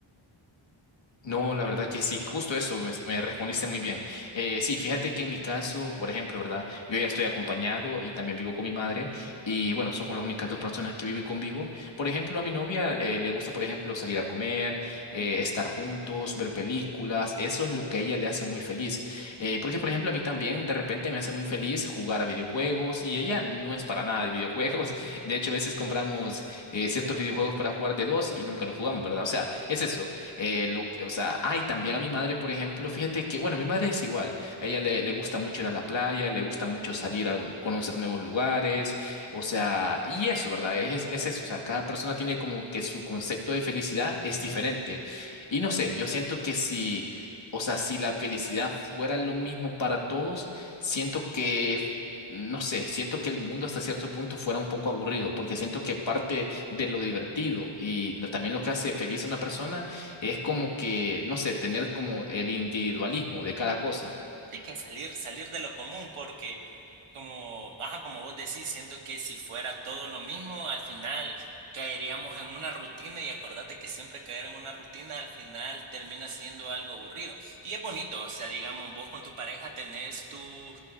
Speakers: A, on the left (about 65°); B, on the right (about 80°).
A: No, la verdad que sí, justo eso, me, me respondiste muy bien. Eh, sí, fíjate que en mi caso, por ejemplo, ¿verdad? Yo ya estoy acompañado y también vivo con mi madre y bueno, son con las únicas dos personas que vivo y convivo. Por ejemplo, a mi novia eh, le gusta, por ejemplo, salir a comer, eh, estar juntos, ver películas, eso es lo que a ella le hace muy feliz. Eh, porque, por ejemplo, a mí también de repente me hace muy feliz jugar a videojuegos y ella no es para nada de videojuegos. <laughs> De hecho, a veces compramos eh, ciertos videojuegos para jugar de dos y nunca los jugamos, ¿verdad? O sea, es eso eh, lo que, o sea, ay, también a mi madre, por ejemplo, fíjate que, bueno, mi madre es igual. A ella le, le gusta mucho ir a la playa, le gusta mucho salir a lu- conocer nuevos lugares, o sea, y eso, ¿verdad? Es, es eso, o sea, cada persona tiene como que su concepto de felicidad es diferente. Y no sé, yo siento que si, o sea, si la felicidad fuera lo mismo para todos, siento que... No sé, siento que el mundo hasta cierto punto fuera un poco aburrido, porque siento que parte de lo divertido y lo- también lo que hace feliz a una persona es como que, no sé, tener como el individualismo de cada cosa.
B: Sí, que salir, salir de lo común, porque como, ajá, como vos decís, siento que si fuera todo lo mismo, al final caeríamos en una rutina y acordate que siempre caer en una rutina al final termina siendo algo aburrido. Y es bonito, o sea, digamos, vos con tu pareja tenés tu